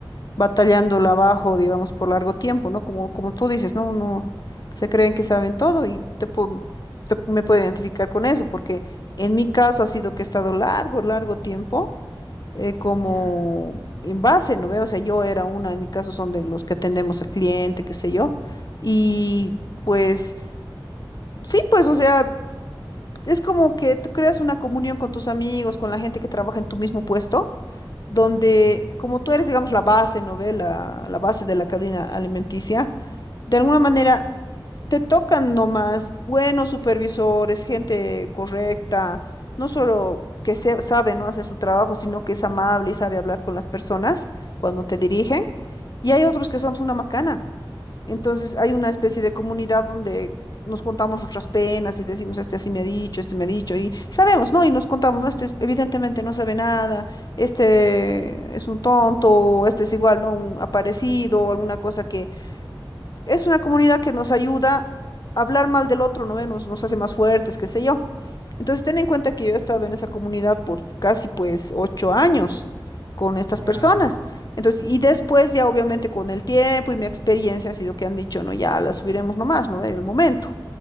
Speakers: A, on the left (about 50°); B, on the right (about 85°).
A: batallándola abajo, digamos, por largo tiempo, ¿no? Como, como tú dices, ¿no? Uno se creen que saben todo y te, pu- te- me puedo identificar con eso, porque en mi caso ha sido que he estado largo, largo tiempo eh, como
B: ya,
A: en base, ¿no veo? O sea, yo era una, en mi caso son de los que atendemos al cliente, qué sé yo, y pues sí, pues, o sea, es como que tú creas una comunión con tus amigos, con la gente que trabaja en tu mismo puesto donde,
B: ya.
A: como tú eres, digamos, la base, ¿no ve? La, la base de la cadena alimenticia, de alguna manera te tocan nomás buenos supervisores, gente correcta, no solo que se, sabe, no hace su trabajo, sino que es amable y sabe hablar con las personas cuando te dirigen.
B: Ya,
A: Y hay otros que son una macana. Entonces hay una especie de comunidad donde nos contamos nuestras penas y decimos, este así me ha dicho, este me ha dicho, y sabemos, ¿no? Y nos contamos, ¿no? Este es- evidentemente no sabe nada, este es un tonto, o este es igual, ¿no? Un aparecido, o alguna cosa que... Es una comunidad que nos ayuda a hablar mal del otro, ¿no? Nos, nos hace más fuertes, qué sé yo. Entonces, ten en cuenta que yo he estado en esa comunidad por casi pues ocho años con estas
B: ya.
A: personas. Entonces, y después ya obviamente con el tiempo y mi experiencia ha sido que han dicho, no, ya la subiremos nomás, ¿no? En el momento.